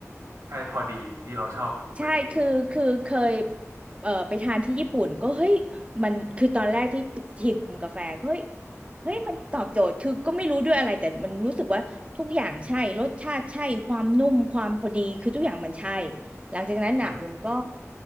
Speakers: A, on the right; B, on the right.
A: ได้พอดีที่เราชอบอยู่พอดีเลย
B: ใช่ คือคือเคยเอ่อไปทานที่ญี่ปุ่นก็เฮ้ยมันคือตอนแรกที่ชิมกาแฟเฮ้ยเฮ้ยมันตอบโจทย์คือก็ไม่รู้ด้วยอะไร แต่มันรู้สึกว่าทุกอย่างใช่ รสชาติใช่ ความนุ่ม ความพอดีคือทุกอย่างมันใช่ หลังจากนั้นน่ะอุ่นก็
A: อืม